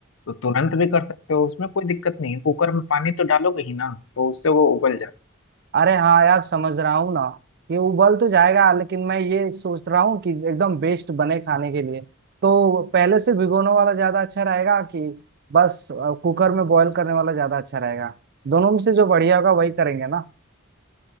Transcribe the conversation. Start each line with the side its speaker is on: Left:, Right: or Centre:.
Left: तो तुरंत भी कर सकते हो उसमें कोई दिक्कत नहीं है कुकर में पानी तो डालोगे ही ना तो उससे वो उबल जाता
Right: अरे हाँ यार समझ रहा हूँ ना ये उबल तो जाएगा लेकिन मैं ये सोच रहा हूँ कि एकदम बेस्ट बने खाने के लिए तो पहले से भिगोने वाला ज्यादा अच्छा रहेगा कि बस अ, कुकर में बॉईल करने वाला ज्यादा अच्छा रहेगा दोनों में से जो बढ़िया होगा वही करेंगे ना